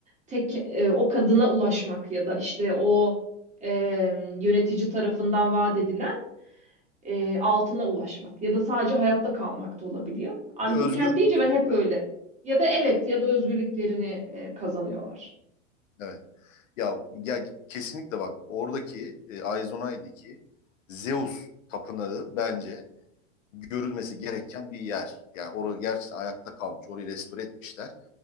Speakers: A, on the right (about 20°); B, on the left (about 80°).
A: tek e, o kadına ulaşmak ya da işte o e, yönetici tarafından vaat edilen e, altına ulaşmak ya da sadece hayatta kalmak da olabiliyor. Antik
B: Bir de özgür
A: kent deyince
B: özgür
A: ben hep
B: bırak.
A: öyle. Ya da evet ya da özgürlüklerini e, kazanıyorlar.
B: Evet. Ya ya kesinlikle bak oradaki e, Aizonay'daki Zeus tapınağı bence görülmesi gereken bir yer. Yani orada gerçekten ayakta kalmış. Orayı restore etmişler.